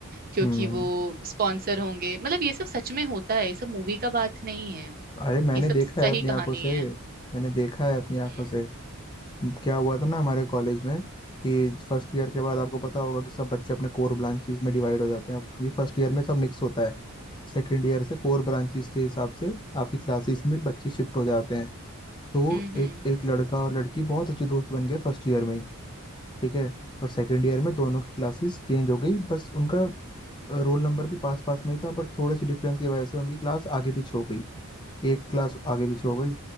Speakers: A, on the right; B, on the left.
A: क्योंकि
B: हम्म।
A: वो स्पॉन्सर होंगे मतलब ये सब सच में होता है ये सब मूवी का बात नहीं है
B: अरे मैंने
A: ये सब
B: देखा
A: सही
B: है अपनी
A: कहानी
B: आंखों से
A: है
B: मैंने देखा है अपनी आंखों
A: हम्म
B: से क्या हुआ था ना हमारे कॉलेज में कि फर्स्ट ईयर के बाद आपको पता होगा कि सब बच्चे अपने कोर ब्रांचेस में डिवाइड हो जाते हैं क्योंकि फर्स्ट ईयर में सब मिक्स होता है सेकंड ईयर से कोर ब्रांचेस के हिसाब से आपकी क्लासेस में बच्चे शिफ्ट हो जाते हैं तो
A: हम्म हम्म
B: एक एक लड़का और लड़की बहुत अच्छे दोस्त बन गए फर्स्ट ईयर में ही ठीक है और सेकंड ईयर में दोनों की क्लासेस चेंज हो गई बस उनका रोल नंबर भी पास पास में ही था बट थोड़े से डिफरेंस की वजह से उनकी क्लास आगे पीछे हो गई एक क्लास आगे पीछे हो गई